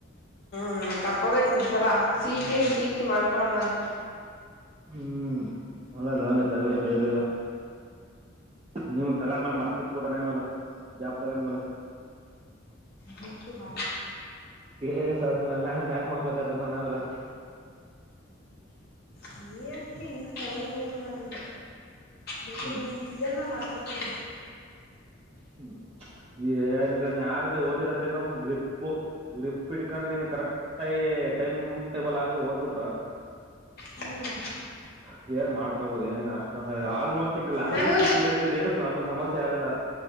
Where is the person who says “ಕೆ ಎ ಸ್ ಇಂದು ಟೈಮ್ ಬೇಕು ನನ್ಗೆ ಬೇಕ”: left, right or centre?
Left